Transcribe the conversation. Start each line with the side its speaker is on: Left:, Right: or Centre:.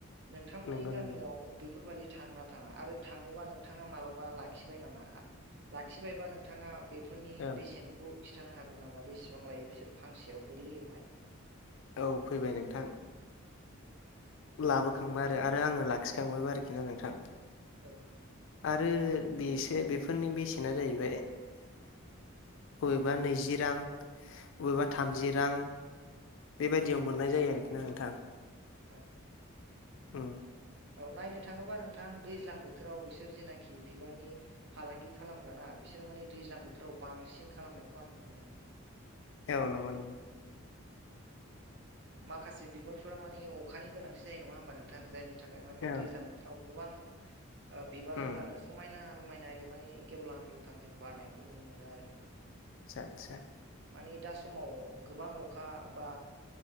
Right: नोंथांमोननि
Left: नंगौ
Right: गामियाव
Left: नंगौ
Right: बेफोरबायादि थाङोना थाङा आरो थाङोबा नोंथाङा मालाबा लाखिबाय नामा लाखिबायबा नोंथाङा बेफोरनि
Left: औ
Right: बेसेनखौ खिथानो हागोन नामा बेसेबां लायो बिसोर फांसेयाव गोरलैयावहाय।
Left: औ फैबाय नोंथां। लाबोखांबाय आरो आरो आङो लाखिखांबायबो आरोखि ना नोंथां।
Right: औ।
Left: आरो बेसे बेफोरनि बेसेना जाहैबाय बबेबा नैजि रां बबेबा थामजि रां बेबायदियाव मोननाय जायो आरोखि ना नोंथां।
Right: औ।
Left: उम।
Right: औ नायनो थाङोबा नोंथां दैज्लां बोथोराव बिसोर जेनाखि बिबारनि फालांगि खालामग्राना बिसोरो माने दैज्लां बोथोराव बांसिन खालामनायखौ आं नुनो मोनो।
Left: औ नंगौ नंगौ।
Right: माखासे बिबारफोरा माने अखानि गोनांथि जायो नङा होमबा नोंथां जायनि थाखाय माने
Left: औ
Right: दैज्लां बोथोराव गोबां बिबारानो
Left: उम
Right: समायना रमायनायै माने गेवलां गेवथां जों बारनायखौ नुनो मोनो आरो।
Left: आतसा आतसा।
Right: माने दा समाव गोबां अखा बा।